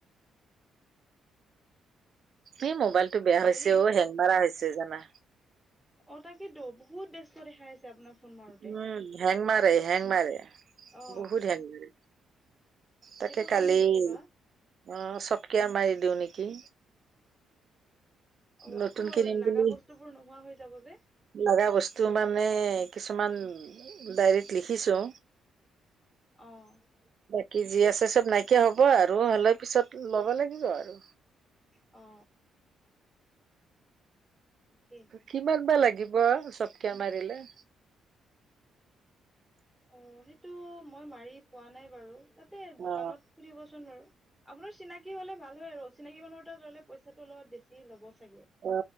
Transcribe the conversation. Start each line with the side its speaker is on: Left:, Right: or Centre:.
Right: এই মোবাইলটো বেয়া হৈছে
Centre: হেৰি
Right: অ, হেং মাৰা হৈছে জানা।
Centre: অ, তাকেতো বহুত ব্যস্ত দেখাই আহিছে আপোনাক। ফোন মাৰোতে
Right: উম হেং মাৰে, হেং মাৰে,
Centre: অ
Right: বহুত হেং মাৰে। তাকে
Centre: সেইটো
Right: কালি
Centre: কাৰণে নেকি
Right: অ,
Centre: বা
Right: চফ্টৱেৰ মাৰি দিওঁ নেকি?
Centre: অ,
Right: নতুন
Centre: আকৌ
Right: কিনিম
Centre: লাগা
Right: বুলি
Centre: বস্তু বোৰ নোহোৱা হৈ যাব যে।
Right: লগা বস্তু মানে, কিছুমান ডায়ৰিত লিখিছো।
Centre: অঁ।
Right: কি জি আছে চব নাইকিয়া হ'ব আৰু হ'লেও পিছত ল'ব লাগিব আৰু।
Centre: অ। <unintelligible>
Right: কিমান বা লাগিব চফ্টৱেৰ মাৰিলে?
Centre: অ সেইটো মই মাৰি পোৱা নাই বাৰু তাতে
Right: অ
Centre: দোকানত সুধিবচোন বাৰু। আপোনাৰ চিনাকি হ'লে ভাল হয় আৰু চিনাকি মানুহৰ তাত ল'লে, পইচাটো অলপ বেছি ল'ব চাগে?
Right: অ